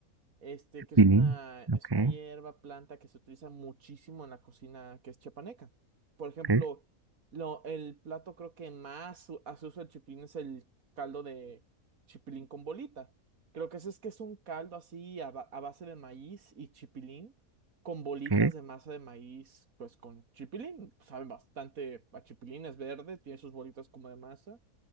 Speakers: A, on the right; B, on the right.
A: este, que
B: Pilín,
A: es una, es
B: ok,
A: una hierba, planta que se utiliza muchísimo en la cocina que es chiapaneca. Por ejemplo,
B: ok,
A: lo, el plato creo que más su- hace uso el chipilín es el caldo de chipilín con bolita. Creo que ese es que es un caldo así a, ba- a base de maíz y chipilín con bolitas
B: ok,
A: de masa de maíz, pues con chipilín. Saben bastante a chipilín, es verde, tiene sus bolitas como de masa.